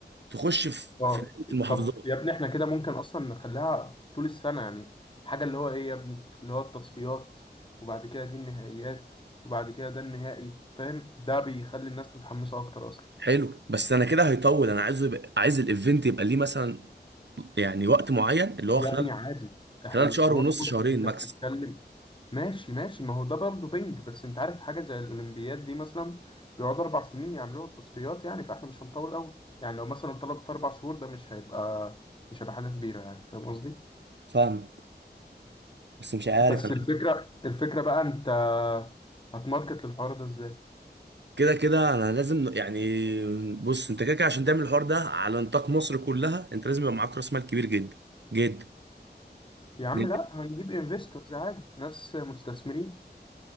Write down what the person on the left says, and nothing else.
اه
طب يا ابني احنا كده ممكن اصلا نخليها طول السنة يعني حاجة اللي هو ايه يا ابني اللي هو التصفيات وبعد كده دي النهائيات وبعد كده ده النهائي فاهم ده بيخلي الناس متحمسة اكتر اصلا
يا
ابني عادي احنا
مش
طوال
انت
بتتكلم ماشي ماشي ما هو ده برضه بنج بس انت عارف حاجة زي الاولمبياد دي مثلا بيقعدوا اربع سنين يعملوا التصفيات يعني فاحنا مش هنطول قوي يعني لو مثلا طلبت اربع شهور ده مش هيبقى مش هيبقى حاجة كبيرة يعني فاهم قصدي؟
بس
الفكرة الفكرة بقى انت هتماركت للحوار ده ازاي
يا عم
لا هنجيب انفستورز عادي ناس مستثمرين